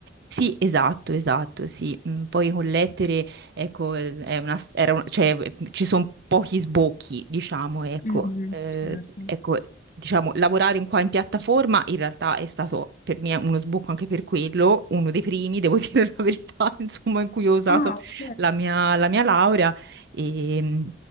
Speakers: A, on the right; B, on the left.
A: Sì, esatto, esatto, sì. Mm, Poi con lettere, ecco, eh, è una, era un- cioè, eh, mm, ci sono pochi sbocchi, diciamo, ecco.
B: Mhm,
A: Eh,
B: certo.
A: ecco, diciamo, lavorare in qua in piattaforma in realtà è stato per me uno sbocco anche per quello, uno dei primi, devo <laughs> dire la verità, insomma, in cui ho usato
B: Ah, ok,
A: la mia, la mia laurea. E, mm,